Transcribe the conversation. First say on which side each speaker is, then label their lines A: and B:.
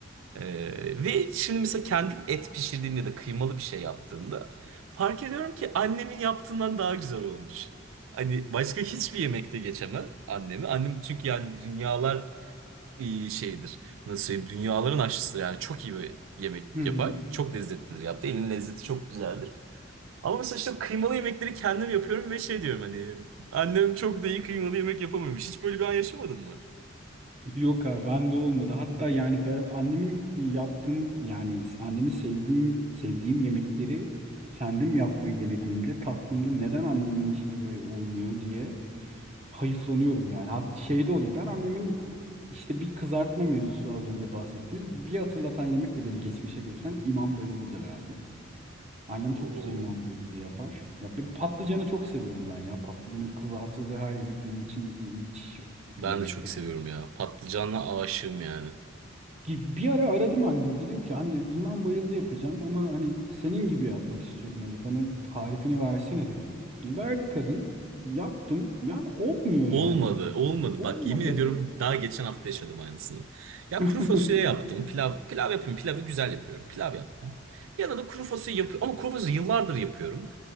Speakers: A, on the right (about 90°); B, on the right (about 35°).
A: Ee, ve şimdi mesela kendim et pişirdiğimde ya da kıymalı bir şey yaptığımda fark ediyorum ki annemin yaptığından daha güzel olmuş. Hani başka hiçbir yemekte geçemem annemi. Annem çünkü yani dünyalar e, şeydir. Nasıl söyleyeyim? Dünyaların aşçısıdır yani. Çok iyi bir yemek
B: Hı hı.
A: yapar. Çok lezzetlidir yaptı. Elin lezzeti çok güzeldir. Ama mesela işte kıymalı yemekleri kendim yapıyorum ve şey diyorum hani annem çok da iyi kıymalı yemek yapamıyormuş. Hiç böyle bir an yaşamadın mı?
B: Yok abi ben de olmadı. Hatta yani ben annemin e, yaptığım yani annemi sevdiğim sevdiğim yemekleri kendim yapmayı denediğimde tattığımda neden anneminki gibi olmuyor diye hayıflanıyorum yani. Hat şey de oluyor. Ben annemin işte bir kızartma mevzusu az önce bahsettiğimiz bir hatırlatan yemek de beni geçmişe götüren imam bayıldıdır abi. Annem çok
A: Oo.
B: güzel imam bayıldı yapar. Ya ben patlıcanı çok seviyorum ben ya. Patlıcanın kızartıldığı her yemek benim için müthiş bir
A: Ben
B: yemektir.
A: de çok seviyorum ya. Patlıcanla aşığım yani.
B: Bir ara aradım annemi dedim ki anne iman bayıldı yapacağım ama hani senin gibi yapmak istiyorum hani bana bir tarifini versene dedim. Verdi kadın yaptım yani olmuyor yani
A: Olmadı, olmadı.
B: olmadı.
A: Bak yemin ediyorum daha geçen hafta yaşadım aynısını. Ya
B: <laughs>
A: kuru fasulye yaptım. Pilav, pilav yapıyorum, Pilavı güzel yapıyorum. Pilav yaptım. Yanına da kuru fasulye yapıyorum. Ama kuru fasulye yıllardır yapıyorum.